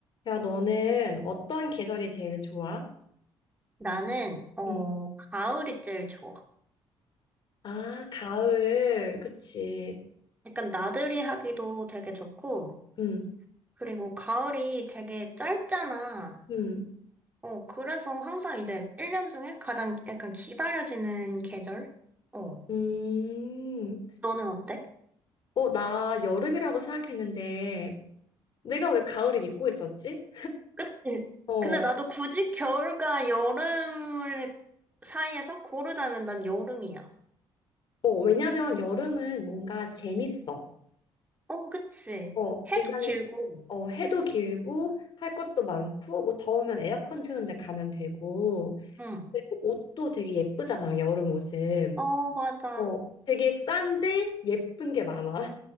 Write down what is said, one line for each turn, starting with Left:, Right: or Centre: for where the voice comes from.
Left: 야, 너는 어떤 계절이 제일 좋아?
Right: 나는, 어,
Left: 응.
Right: 가을이 제일 좋아.
Left: 아, 가을. 그치.
Right: 약간 나들이 하기도 되게 좋고,
Left: 응,
Right: 그리고 가을이 되게 짧잖아.
Left: 응,
Right: 어, 그래서 항상 이제 1년 중에 가장 약간 기다려지는 계절? 어,
Left: 음.
Right: 너는 어때?
Left: 어, 나 여름이라고 생각했는데, 내가 왜 가을을 입고 있었지?
Right: 그치?
Left: 어,
Right: 근데 나도 굳이 겨울과 여름을 사이에서 고르자면 난 여름이야.
Left: 어, 왜냐면 여름은 뭔가 재밌어.
Right: 어, 그치.
Left: 어,
Right: 해도
Left: 일단,
Right: 길고.
Left: 어, 해도 길고, 할 것도 많고, 뭐 더우면 에어컨 트는 데 가면 되고,
Right: 응.
Left: 그리고 옷도 되게 예쁘잖아, 여름 옷은.
Right: 어, 맞아.
Left: 어, 되게 싼데 예쁜 게 많아.